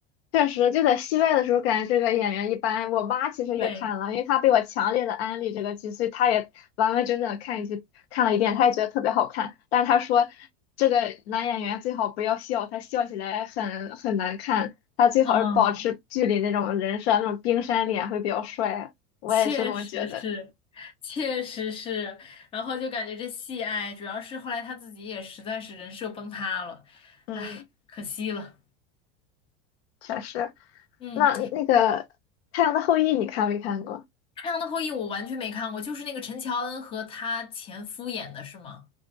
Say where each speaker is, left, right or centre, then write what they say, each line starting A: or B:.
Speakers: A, on the left; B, on the left.
A: 确实，就在戏外的时候，感觉这个演员一般。我妈其实也看了，
B: 对，
A: 因为她被我强烈的安利这个剧，所以她也完完整整地看一集，看了一遍，她也觉得特别好看。但是她说，这个男演员最好不要笑，他笑起来很很难看。他最好是保持剧里那种人设，
B: 嗯，
A: 那种冰山脸会比较帅。我也是这么觉得。
B: 确实是，确实是，然后就感觉这戏，哎，主要是后来他自己也实在是人设崩塌了，
A: 嗯，
B: 可惜了。
A: 确实。
B: 嗯，
A: 那那个《太阳的后裔》，你看没看过？
B: 《太阳的后裔》我完全没看过，就是那个陈乔恩和她前夫演的是吗？